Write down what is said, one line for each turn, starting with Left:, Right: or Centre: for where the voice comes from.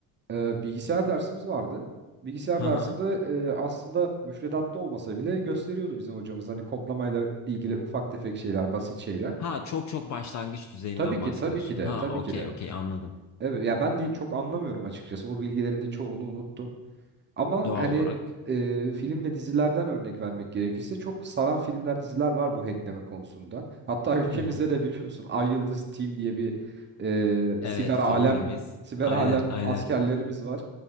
Right: e, bilgisayar dersimiz vardı. Bilgisayar
Left: Hı
Right: dersinde
Left: hı.
Right: e, aslında müfredatta olmasa bile gösteriyordu bizim hocamız hani kodlamayla ilgili ufak tefek şeyler, basit şeyler.
Left: Ha çok çok başlangıç düzeyinden
Right: Tabii ki,
Left: bahsediyorsun.
Right: tabii ki de,
Left: Ha
Right: tabii
Left: okey
Right: ki de.
Left: okey anladım.
Right: Evet ya ben de çok anlamıyorum açıkçası. O bilgilerin de çoğunu unuttum. Ama
Left: Doğal
Right: hani
Left: olarak.
Right: e, film ve dizilerden örnek vermek gerekirse çok saran filmler, diziler var bu hackleme konusunda. Hatta <laughs> ülkemizde
Left: Hı hı.
Right: de biliyorsun Ay Yıldız Team diye bir e,
Left: Evet
Right: siber
Left: favorimiz.
Right: alem siber
Left: Aynen
Right: alem
Left: aynen.
Right: askerlerimiz var.